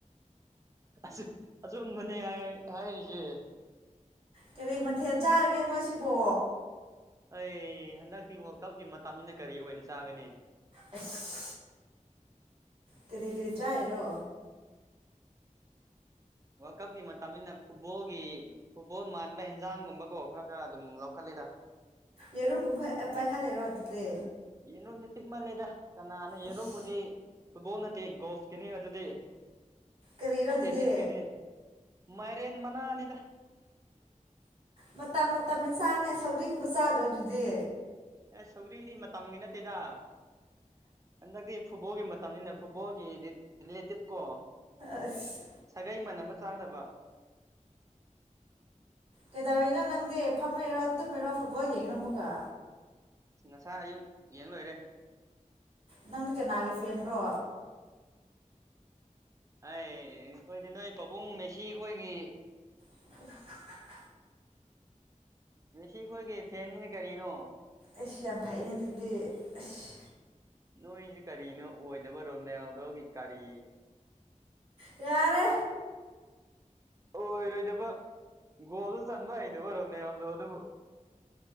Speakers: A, on the right (about 25°); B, on the right (about 45°).
A: ꯑꯆꯨꯝ ꯑꯆꯨꯝꯕꯅꯦ ꯍꯥꯏ ꯍꯥꯏꯔꯤꯖꯦ
B: ꯀꯔꯤ ꯃꯊꯦꯜ ꯆꯥꯔꯒꯦ ꯅꯣꯏꯁꯤꯕꯣ
A: ꯑꯩ ꯍꯟꯗꯛꯇꯤ ꯋꯥꯜ ꯀꯞꯒꯤ ꯃꯇꯝꯅꯤꯅ ꯀꯔꯤ ꯑꯣꯏꯅ ꯆꯥꯒꯅꯤ
B: ꯑꯁ ꯀꯔꯤ ꯀꯔꯤ ꯆꯥꯏꯔꯣ
A: ꯋꯥꯜ ꯀꯞꯒꯤ ꯃꯇꯝꯅꯤꯅ ꯐꯨꯠꯕꯣꯜꯒꯤ ꯐꯨꯠꯕꯣꯜ ꯃꯥꯟꯕ ꯍꯦꯟꯖꯥꯡꯒꯨꯝꯕꯀꯣ ꯈꯔ ꯈꯔ ꯑꯗꯨꯝ ꯂꯧꯈꯠꯂꯤꯗ
B: ꯌꯦꯔꯨꯝꯒꯨꯝꯕ ꯑꯦ ꯄꯥꯏꯈꯠꯂꯦꯔꯣ ꯑꯗꯨꯗꯤ
A: ꯌꯦꯟꯔꯨꯝꯗꯤ ꯄꯤꯛꯃꯜꯂꯦꯗ ꯀꯅꯥꯅ ꯌꯦꯔꯨꯝꯕꯨꯗꯤ
B: ꯑꯁ
A: ꯐꯨꯠꯕꯣꯜ ꯅꯠꯇꯦ ꯒꯣꯜꯐꯀꯤꯅꯤ ꯑꯗꯨꯗꯤ
B: ꯀꯔꯤꯔꯣ ꯑꯗꯨꯗꯤ
A: ꯇꯦꯅꯤꯁ ꯒꯤꯅꯤ ꯃꯥꯏꯔꯦꯟ ꯃꯅꯥꯅꯤꯗ
B: ꯃꯇꯝ ꯃꯇꯝ ꯍꯦꯟꯁꯥꯡꯅꯦ ꯁꯧꯒ꯭ꯔꯤꯒꯨꯝꯕ ꯆꯥꯗ꯭ꯔꯣ ꯑꯗꯨꯗꯤ
A: ꯑꯦ ꯁꯧꯒ꯭ꯔꯤꯗꯤ ꯃꯇꯝꯒꯤ ꯅꯠꯇꯦꯗ ꯍꯟꯗꯛꯇꯤ ꯐꯨꯠꯕꯣꯜꯒꯤ ꯃꯇꯝꯅꯤꯅ ꯐꯨꯠꯕꯣꯜꯒꯤ ꯔꯤꯠ ꯗꯤꯂꯦꯇꯦꯠꯀꯣ
B: ꯑꯁ
A: ꯁꯥꯒꯩ ꯃꯥꯟꯅꯕ ꯆꯥꯒꯗꯕ
B: ꯀꯩꯗꯧꯔꯤꯅꯣ ꯅꯪꯗꯤ ꯐꯝꯃꯩꯔꯣ ꯇꯨꯝꯃꯤꯔꯣ ꯐꯨꯠꯕꯣꯜ ꯌꯦꯡꯉꯤꯔꯣ ꯃꯨꯛꯀ
A: ꯉꯁꯥꯏ ꯑꯌꯨꯛ ꯌꯦꯡ ꯂꯣꯏꯔꯦ
B: ꯅꯪꯗꯤ ꯀꯅꯥꯒꯤ ꯐꯦꯟꯔꯣ
A: ꯑꯩ ꯈꯣꯏꯗꯤ ꯅꯣꯏ ꯄꯥꯕꯨꯡ ꯃꯦꯁꯤ ꯈꯣꯏꯒꯤ
B: <unintelligible>
A: ꯃꯦꯁꯤ ꯑꯩꯈꯣꯏꯒꯤ ꯐꯦꯟꯅꯤꯅꯦ ꯀꯔꯤꯅꯣ
B: ꯏꯁ ꯌꯥꯝ ꯐꯩꯩꯅꯦ ꯑꯗꯨꯗꯤ ꯑꯁ
A: ꯅꯣꯏꯁꯦ ꯀꯔꯤꯅꯣ ꯑꯣꯏꯗꯕꯔꯣ ꯔꯣꯅꯥꯜꯗꯣꯒꯤ ꯀꯔꯤ
B: ꯌꯥꯔꯦ
A: ꯑꯣꯏꯔꯣꯏꯗꯕ ꯒꯣꯜꯗꯣ ꯆꯟꯕ ꯍꯩꯇꯕ ꯔꯣꯅꯦꯜꯗꯣ ꯗꯨꯕꯨ